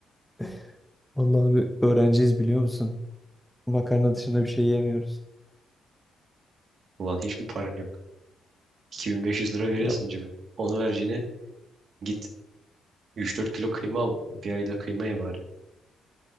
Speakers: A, in the centre; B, on the right.
A: <laughs> vallahi abi öğrenciyiz biliyor musun? Makarna dışında bir şey yemiyoruz.
B: Ulan hiç mi paran yok? 2500 lira veriyorsun
A: Ya
B: cime. Onu vereceğine git 3-4 kilo kıyma al. Bir ayda kıyma ye bari.